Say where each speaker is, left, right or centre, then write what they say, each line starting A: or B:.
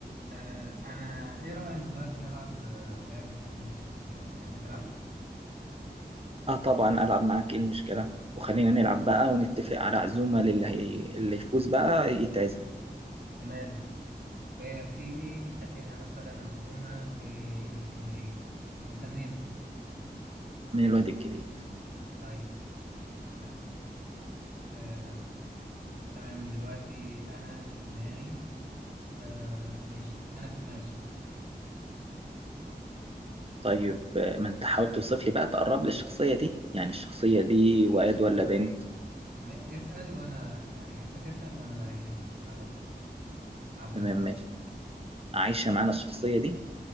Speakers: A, on the right; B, on the right.
A: آه، أنا إيه رأيك دلوقتي نلعب آه، لعبة تخمين الشخصيات تحب تلعب؟
B: اه طبعا العب معاك ايه المشكله وخلينا نلعب بقى ونتفق على عزومه للي هي... اللي يفوز بقى يتعزم
A: وماله؟ يا سيدي نخليها مثلا عزومة في الإسكندرية أنت منين؟
B: من الواد الجديد
A: طيب أحسن ناس آه، تمام دلوقتي أنا في دماغي آه، ماشي أنا في دماغي الشخصية
B: طيب آه، ما انت حاول توصف لي بقى تقرب لي الشخصيه دي يعني الشخصيه
A: إيش الشخصية.
B: دي واد ولا بنت
A: ما- اسأل وأنا يعني أنت تسأل وأنا بقى إيه أقربها لك عبر
B: تمام
A: الأسئلة
B: ماشي عايشه معانا الشخصيه دي